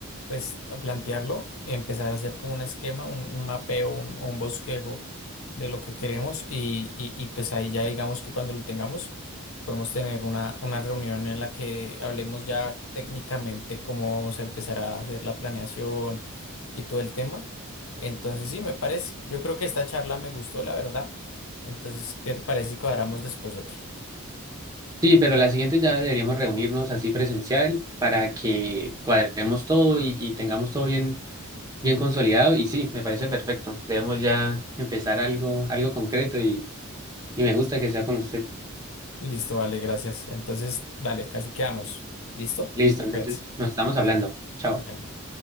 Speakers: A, on the left; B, on the right.
A: pues a plantearlo, empezar a hacer como un esquema, un, un mapeo, un, o un bosquejo de lo que queremos y, y, y, pues ahí ya digamos que cuando lo tengamos podemos tener una, una reunión en la que hablemos ya técnicamente cómo vamos a empezar a hacer la planeación y todo el tema. Entonces sí, me parece. Yo creo que esta charla me gustó, la verdad. Entonces, ¿qué te parece si cuadramos después otra?
B: Sí, pero la siguiente ya deberíamos reunirnos así presencial para que cuadremos todo y, y tengamos todo bien, bien consolidado. Y sí, me parece perfecto. Debemos ya empezar algo, algo concreto y, y me gusta que sea con usted.
A: Listo, vale, gracias. Entonces, dale, casi quedamos. ¿Listo?
B: Listo, entonces
A: Gracias.
B: nos estamos hablando. Chao.
A: Vale.